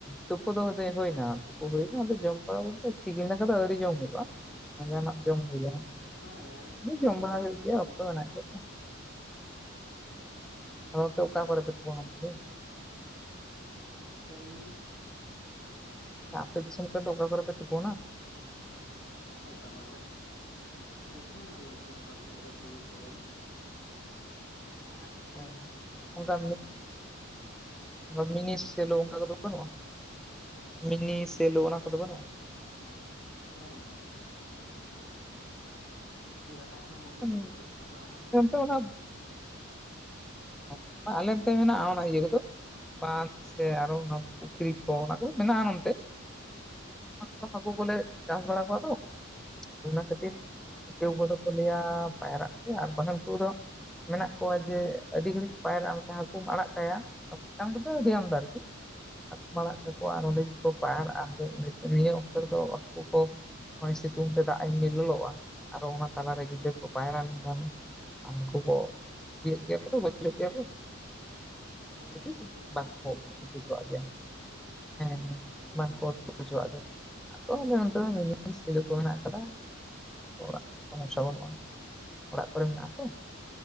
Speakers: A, in the centre; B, on the left.
A: ᱛᱩᱯᱩ ᱫᱚ ᱦᱩᱭᱱᱟ ᱛᱩᱯᱩ ᱦᱩᱭᱱᱟ ᱟᱫᱚ ᱡᱚᱢ ᱵᱟᱲᱟ ᱠᱟᱛᱮ ᱛᱤᱠᱤᱱ ᱫᱟᱠᱟ ᱫᱚ ᱟᱹᱣᱨᱤ ᱡᱚᱢ ᱦᱩᱭᱩᱜᱼᱟ᱾ ᱢᱟᱸᱡᱟᱱᱟᱜ ᱡᱚᱢ ᱦᱩᱭᱩᱜᱼᱟ
B: ᱦᱳᱭ ᱤᱧ ᱦᱚᱸ ᱛᱩᱯᱩ
A: ᱡᱚᱢ ᱵᱟᱲᱟ ᱦᱩᱭᱩᱜ
B: ᱫᱚ ᱦᱩᱭᱱᱟ
A: ᱜᱮᱭᱟ ᱚᱠᱛᱚ ᱢᱮᱱᱟᱜ ᱜᱮ ᱚ ᱚᱠᱟ ᱠᱚᱨᱮᱫ ᱯᱮ ᱛᱩᱯᱩ ᱱᱟ <unintelligible>
B: ᱪᱮᱫᱵᱮᱱ ᱢᱮᱱᱫᱟ
A: ᱟᱯᱮ ᱫᱤᱥᱚᱢ ᱠᱚᱨᱮᱫ <unintelligible> ᱛᱩᱯᱩᱱᱟ᱾
B: ᱚᱠᱟ ᱠᱚ <unintelligible> ᱛᱩᱯᱩ ᱱᱟ <unintelligible> ᱠᱩᱧ ᱠᱚᱨᱮ ᱟᱦᱟᱨ ᱠᱚᱨᱮ
A: ᱚ ᱚᱱᱠᱟ
B: ᱪᱮᱫ
A: ᱢᱤᱱᱤᱥ
B: ᱢᱮᱱᱫᱟ
A: ᱚᱱᱠᱟ ᱥᱮᱞᱚ ᱚᱱᱠᱟ ᱠᱚᱫᱚ ᱵᱟᱹᱱᱩᱜᱼᱟ, ᱢᱤᱱᱤ ᱥᱮᱞᱚ ᱚᱱᱟ ᱠᱚᱫᱚ ᱵᱟᱹᱱᱩᱜᱼᱟ᱾
B: ᱵᱟᱹᱱᱩᱜᱼᱟ᱾ ᱜᱟᱰᱟ ᱠᱚ ᱢᱩᱰᱩ
A: ᱦᱩᱸ,
B: ᱠᱚ ᱠᱩᱭ ᱠᱚ ᱟᱦᱟᱨ ᱠᱚ
A: <unintelligible> ᱚ ᱟᱞᱮ ᱛᱮ ᱢᱮᱱᱟᱜ-ᱟ, ᱚᱱᱟ ᱤᱡᱟᱹ ᱠᱚᱫᱚ᱾ ᱵᱟᱸᱫᱷ ᱥᱮ ᱟᱨᱚ ᱚᱱᱟ ᱯᱩᱠᱷᱨᱤ ᱠᱚ ᱚᱱᱟ ᱠᱚ ᱢᱮᱱᱟᱜᱼᱟ ᱱᱚᱱᱛᱮ᱾ <unintelligible> ᱦᱟᱹᱠᱩ
B: ᱦᱳᱭ
A: ᱠᱚᱞᱮ ᱪᱟᱥ ᱵᱟᱲᱟ ᱠᱚᱣᱟ ᱛᱚ ᱚᱱᱟ ᱠᱷᱟᱹᱛᱤᱨ᱾
B: ᱦᱳᱭ
A: ᱥᱮ ᱩᱱᱠᱩ ᱫᱚᱠᱚ ᱞᱟᱹᱭᱟ ᱯᱟᱭᱨᱟᱜ ᱯᱮ ᱟᱨ ᱵᱟᱠᱷᱟᱱ ᱩᱱᱠᱩ ᱫᱚ ᱢᱮᱱᱟᱜ ᱠᱚᱣᱟ ᱡᱮ ᱟᱹᱰᱤ ᱜᱷᱟᱹᱲᱤᱡ ᱯᱟᱭᱨᱟᱜ ᱟᱢ ᱥᱮ ᱦᱟᱹᱠᱩᱢ ᱟᱲᱟᱜ ᱠᱟᱭᱟ <unintelligible> ᱠᱚᱫᱚ ᱟᱹᱰᱤ ᱟᱢᱫᱟ ᱟᱨᱠᱤ᱾ ᱦᱟᱠᱩᱢ ᱟᱲᱟᱜ ᱠᱟᱠᱚᱣᱟ ᱟᱨ ᱱᱚᱸᱰᱮ ᱜᱮᱠᱚ ᱯᱟᱭᱨᱟᱜᱼᱟ ᱱᱤᱭᱟᱹ ᱚᱠᱛᱚ ᱨᱮᱫᱚ ᱦᱟᱠᱩ ᱠᱚ ᱱᱚᱜᱼᱚᱭ ᱥᱤᱛᱩᱝ ᱛᱮ ᱫᱟᱜ ᱮᱢᱱᱤ ᱞᱚᱞᱚᱜᱼᱟ᱾ ᱟᱫᱚ ᱚᱱᱟ ᱛᱟᱞᱟᱨᱮ ᱜᱤᱫᱽᱨᱟᱹ ᱠᱚ ᱯᱟᱭᱨᱟ ᱞᱮᱱᱠᱷᱟᱱ ᱦᱟᱠᱩ ᱠᱚ ᱡᱤᱣᱤᱫ ᱜᱮᱭᱟ ᱠᱚ ᱛᱚ ᱜᱚᱡ ᱦᱚᱪᱚᱜ ᱜᱮᱭᱟ ᱠᱚ᱾
B: ᱦᱳᱭ
A: <unintelligible>
B: ᱥᱤᱛᱩᱝ ᱠᱟᱱᱟ
A: ᱵᱟᱠ
B: ᱛᱚ
A: <unintelligible>
B: ᱪᱮᱫ ᱞᱮᱠᱟ
A: ᱜᱮᱭᱟ ᱦᱮᱸ ᱦᱮᱸ
B: ᱦᱩᱸ
A: ᱵᱟᱝᱠᱚ <unintelligible> ᱦᱚᱪᱚᱣᱟᱜ ᱜᱮ ᱟᱫᱚ ᱱᱚᱱᱛᱮ ᱢᱤᱱᱤ ᱥᱮᱞᱳ ᱠᱚ ᱢᱮᱱᱟᱜ ᱠᱟᱫᱟ᱾ ᱚᱲᱟᱜ ᱥᱚᱢᱚᱥᱟ ᱵᱟᱹᱱᱩᱜᱼᱟ, ᱚᱲᱟᱜ ᱠᱚᱨᱮ ᱢᱮᱱᱟᱜᱼᱟ ᱛᱚ᱾